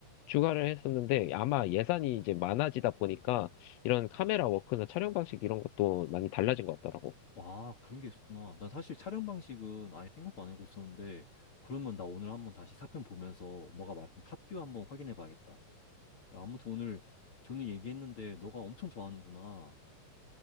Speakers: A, on the left; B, on the left.
A: 추가를 했었는데 아마 예산이 이제 많아지다 보니까 이런 카메라 워크나 촬영 방식 이런 것도 많이 달라진 것 같더라고.
B: 와, 그런 게 있었구나. 난 사실 촬영 방식은 아예 생각도 안 하고 있었는데 그러면 나 오늘 한번 다시 사편 보면서 너가 말했던 탑뷰 한번 확인해 봐야겠다. 야, 아무튼 오늘 존이 얘기했는데 너가 엄청 좋아하는구나.